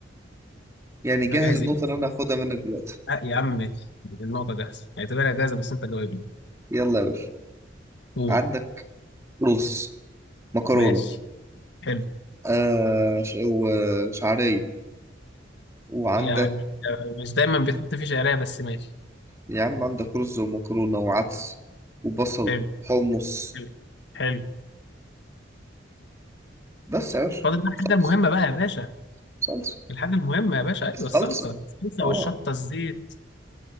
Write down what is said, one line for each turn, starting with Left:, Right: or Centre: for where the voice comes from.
Right: يعني جهز
Left: جاهز
Right: النقطة
Left: ايه
Right: اللي انا هاخدها منك دلوقتي
Left: آه يا عم ماشي النقطه جاهزه اعتبرها جاهزه بس انت جاوبني
Right: يلا يا باشا
Left: قول
Right: عندك رز مكرونة
Left: ماشي حلو
Right: آه ش- وشعرية وعندك
Left: يعني آه، مش دايما بيتحط فيه شعريه بس ماشي
Right: يا عم عندك رز ومكرونة وعدس وبصل
Left: حلو
Right: حمص
Left: حلو حلو
Right: بس يا باشا
Left: فاضل بقى الحاجة
Right: صلصة
Left: المهمة بقى يا باشا
Right: صلصة
Left: الحاجة المهمة يا باشا أيوة
Right: الصلصة
Left: الصلصة الصلصة
Right: اه
Left: والشطة الزيت